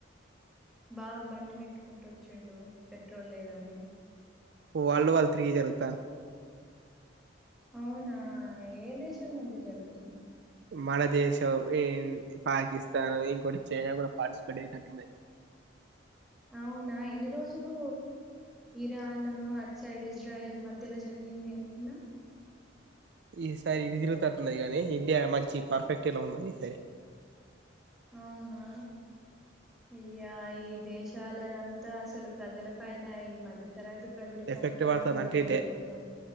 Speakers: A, in the centre; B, on the right.
A: బాబ బండినిెట్టుకుంటూ వచ్చాండు పెట్రోల్ లేదా అని
B: వాళ్ల్డ్ వార్ త్రీ జరుగుతా
A: అవునా ఏ దేశాల మధ్య జరుగుతుంది
B: మన దేశం పాకిస్తాన్ ఇంకోటి చైనా కూడా పార్టిసిపేట్ చేసేతట్టున్నాది
A: అవునా ఎన్ని రోజులు ఇరాన్ అట్ సైడ్ ఇజ్రాయల్ మధ్యలా జరిగింది అని విన్నా
B: ఈసారి ఇటు తిరుగుతట్ ఉన్నది కానీ ఇండియా మంచి పర్ఫెక్ట్లా ఉన్నది ఈ సారి
A: అవునా అయ్యా ఈ దేశ చాలా అంతా అసలు ప్రజల పైన ఈ మధ్య తరగతి ప్రజల
B: ఎఫెక్టివ్
A: పైన పడుతుందిగా
B: వడుతుందింటే
A: బర్డెన్ అంతా